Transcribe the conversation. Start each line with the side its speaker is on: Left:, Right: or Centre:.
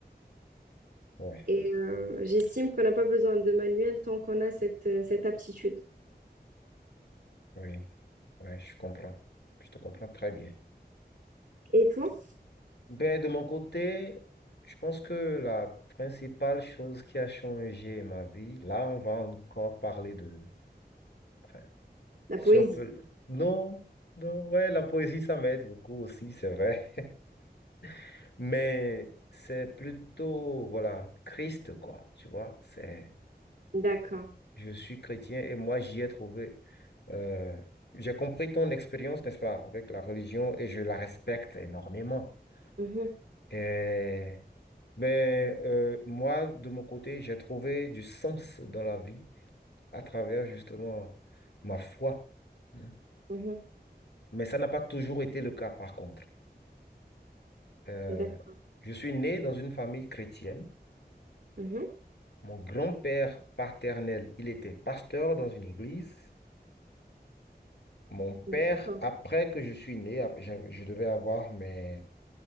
Left: ouais,
Right: Et euh, j'estime qu'on n'a pas besoin de manuel tant qu'on a cette, euh, cette aptitude.
Left: oui. Ouais, je comprends. Je te comprends très bien.
Right: Et toi,
Left: Ben, de mon côté, je pense que la principale chose qui a changé ma vie, là, on va encore parler de... Enfin,
Right: la
Left: si
Right: poésie?
Left: on peut... Non, non, ouais, la poésie, ça m'aide beaucoup aussi, c'est vrai. <laughs> Mais c'est plutôt, voilà, Christ, quoi. Tu vois, c'est...
Right: D'accord.
Left: Je suis chrétien et moi, j'y ai trouvé... euh, J'ai compris ton expérience, n'est-ce pas, avec la religion et je la respecte énormément.
Right: Mhm,
Left: Et- mais euh, moi, de mon côté, j'ai trouvé du sens dans la vie à travers justement ma foi. hein.
Right: mhm,
Left: Mais ça n'a pas toujours été le cas, par contre. Euh,
Right: D'accord.
Left: je suis né dans une famille chrétienne.
Right: mhm,
Left: Mon grand-père paternel, il était pasteur dans une église. Mon père,
Right: D'accord.
Left: après que je suis né, ap- j'avais- je devais avoir mes